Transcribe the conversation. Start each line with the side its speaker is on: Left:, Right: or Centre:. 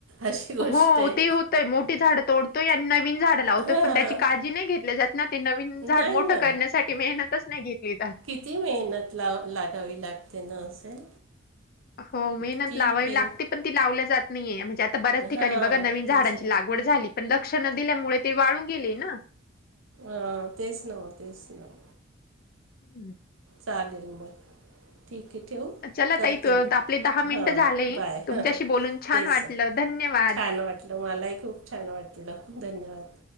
Right: अशी गोष्ट
Left: हो
Right: आहे
Left: ते होतंय मोठी झाड तोडतोय आणि, नवीन झाड लावतोय
Right: हां
Left: पण त्याची काळजी नाही घेतली जातं. ना ते नवीन झाड
Right: नाही
Left: मोठं
Right: ना
Left: करण्यासाठी, मेहनतच नाही घेतली जातं.
Right: किती मेहनत लाव लागावी लागते न असेल.
Left: हो मेहनत
Right: ठीक
Left: लावावी
Right: आहे
Left: लागते पण ती लावली जात नाहीये, म्हणजे आता बऱ्याच ठिकाणी
Right: हां
Left: बघा नवीन झाडांची
Right: तेच ना.
Left: लाग वड झाली पण लक्ष न, दिल्यामुळे ते वाळून गेले ना.
Right: अं.. तेच न तेच न.
Left: हम्म.
Right: चालेल मग. ठीक आहे ठेवू,
Left: चला
Right: करते
Left: ताई त-
Right: मी
Left: आपले दहा मिनिट
Right: हां
Left: झाले
Right: बाय
Left: तुमच्याशी
Right: हां.
Left: बोलून छान
Right: तेच
Left: वाटलं धन्यवाद.
Right: छान वाटलं मलाही खूप छान वाटलं धन्यवाद